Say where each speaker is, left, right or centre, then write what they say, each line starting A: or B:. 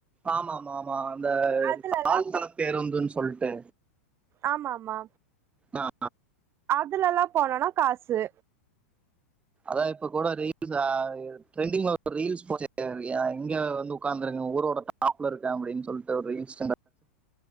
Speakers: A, on the right; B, on the right.
A: ஆமா ஆமா ஆமா அந்த
B: அதுலல்லா
A: ஆழ் தள பேருந்துன்னு சொல்டு டு
B: ஆம்மாமா
A: ஆ
B: அதுல எல்லா போன காசு
A: அதா இப்ப கூட ரீல்ஸ் ஆ ட்ரெண்டிங்ல ஒரு ரீல்ஸ் போச்சே எங்க வந்து உட்காந்துருங்க ஊரோட டாப்ல இருக்க அப்படின்னு சொல்லிட்டு ஒரு ரீல்ஸ்